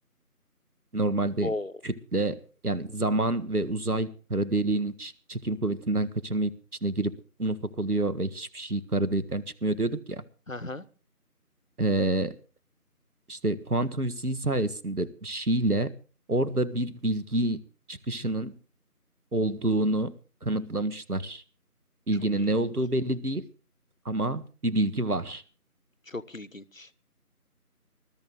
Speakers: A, on the right; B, on the left.
A: Normalde
B: Wow,
A: kütle yani zaman ve uzay kara deliğin iç- çekim kuvvetinden kaçamayıp içine girip un ufak oluyor ve hiçbir şey kara delikten çıkmıyor diyorduk ya.
B: hı. hı.
A: Ee, işte kuantum fiziği sayesinde bir şeyle orada bir bilgi çıkışının olduğunu kanıtlamışlar. Bilginin
B: çok ilginç.
A: ne olduğu belli değil ama bir bilgi var.
B: çok ilginç.